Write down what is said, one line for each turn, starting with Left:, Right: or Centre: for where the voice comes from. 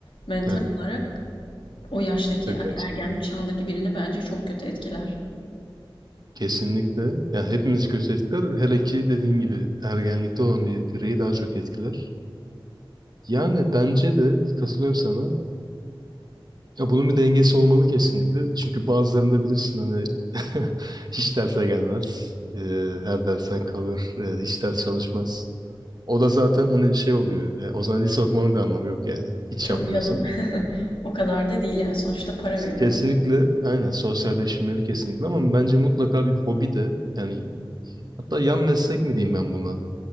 Left: mental
Right: evet.
Left: olarak o yaştaki
Right: Çok
Left: hani ergenlik çağındaki birini bence çok kötü etkiler.
Right: Kesinlikle. Ya hepimizi kötü etkiler. Hele ki dediğin gibi ergenlikte olan bir bireyi daha çok etkiler. Yani bence de katılıyorum sana. Ya bunun bir dengesi olmalı kesinlikle. Çünkü bazılarında bilirsin hani <laughs> hiç derse gelmez. Ee, her dersten kalır. Ee, hiç ders çalışmaz. O da zaten hani şey oluyor. ya o zaman lise okumanın bir anlamı yok yani. Hiç
Left: Tabii
Right: yapmıyorsan.
Left: canım. <laughs> O kadar da değil yani sonuçta para veriyoruz.
Right: Kesinlikle aynen sosyalleşmeli kesinlikle ama bence mutlaka bir hobi de yani hatta yan meslek mi diyeyim ben buna?